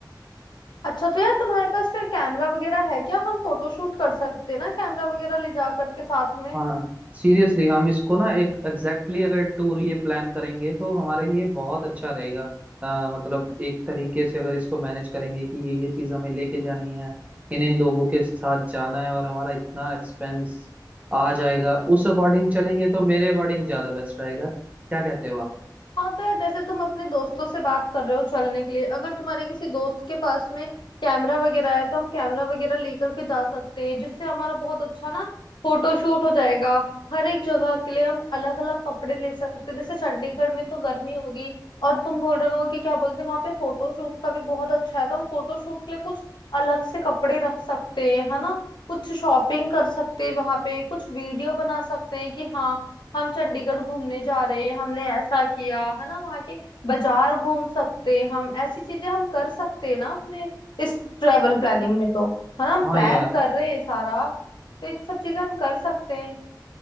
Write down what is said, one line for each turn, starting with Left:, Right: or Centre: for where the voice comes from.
Left: अच्छा तो यार तुम्हारे पास फिर कैमरा वगैरह है क्या हम फोटो शूट कर सकते हैं ना कैमरा वगैरह ले जा करके साथ में
Right: हाँ सीरियसली हम इसको ना एक एग्जैक्टली exactly अगर टूर ये प्लान करेंगे तो हमारे लिए बहुत अच्छा रहेगा अ, मतलब एक तरीके से अगर इसको मैनेज करेंगे कि ये ये चीज हमें लेके जानी है इन इन लोगों के साथ जाना है और हमारा इतना एक्सपेंस आ जाएगा उस अकॉर्डिंग चलेंगे तो मेरे अकॉर्डिंग ज्यादा बेस्ट रहेगा क्या कहते हो आप
Left: हाँ तो यार जैसे तुम अपने दोस्तों से बात कर रहे हो चलने के लिए अगर तुम्हारे किसी दोस्त के पास में कैमरा वगैरह है तो हम कैमरा वगैरह लेकर के जा सकते हैं जिससे हमारा बहुत अच्छा ना फोटो शूट हो जाएगा हर एक जगह के लिए हम अलग अलग कपड़े ले सकते हैं जैसे चंडीगढ़ में तो गर्मी होगी और तुम बोल रहे हो कि क्या बोलते हैं वहां पे फोटो शूट का भी बहुत अच्छा है तो हम फोटो शूट के लिए कुछ अलग से कपड़े रख सकते हैं है ना कुछ शॉपिंग कर सकते हैं वहां पे कुछ वीडियो बना सकते हैं कि हाँ हम चंडीगढ़ घूमने जा रहे हैं हमने ऐसा किया है ना वहाँ के बाजार घूम सकते हैं हम ऐसी चीजें हम कर सकते हैं ना अपने इस ट्रेवल प्लानिंग में तो है ना हम
Right: हाँ
Left: प्लान
Right: यार
Left: कर रहे हैं सारा तो ये सब चीजें हम कर सकते हैं